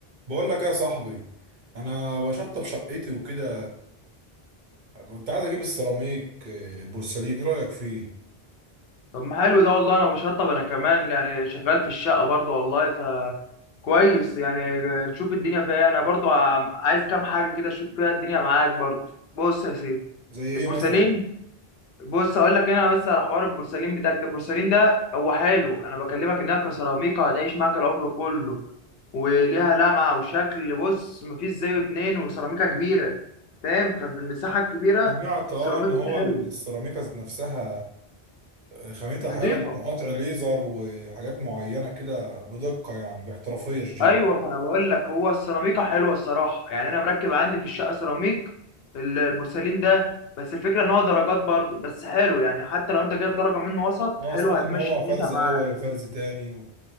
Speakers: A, on the right; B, on the left.
A: بقول لك إيه يا صاحبي انا بشطب شقتي وكده كنت عايز اجيب السيراميك آه، بورسلين ايه رايك فيه
B: طب ما حلو ده والله انا بشطب انا كمان يعني شغال في الشقه برضه والله ف كويس يعني نشوف الدنيا فيها إيه. انا برضه عم- عايز كام حاجه كده اشوف فيها الدنيا معاك برضه بص يا سيدي
A: زي ايه
B: البورسلين
A: مثلا
B: بص اقول لك هنا بس على حوار البورسلين بتاعك ده البورسلين ده هو حلو انا بكلمك انها كسيراميكا هتعيش معاك العمر كله وليها لمعه وشكل بص مفيش زيه اتنين وسيراميكا كبيره فاهم ففي المساحه الكبيره
A: سمعت اه
B: السيراميكا
A: ان هو
B: دي حلوه
A: السيراميكا ذات نفسها آه، خامتها
B: نضيفه
A: حلوه بتكون قطع ليزر وحاجات معينه كده بدقه يعني باحترافيه شديده
B: ايوه فانا بقول لك هو السيراميكا حلوه الصراحه يعني انا مركب عندي في الشقه سيراميك ال- البورسلين ده بس الفكره ان هو درجات برضو بس حلو يعني حتى لو انت جايب درجه منه وسط
A: اه
B: حلو
A: سمعت
B: هتمشي
A: ان هو فرز
B: دنيتها معاه
A: اول وفرز تاني و...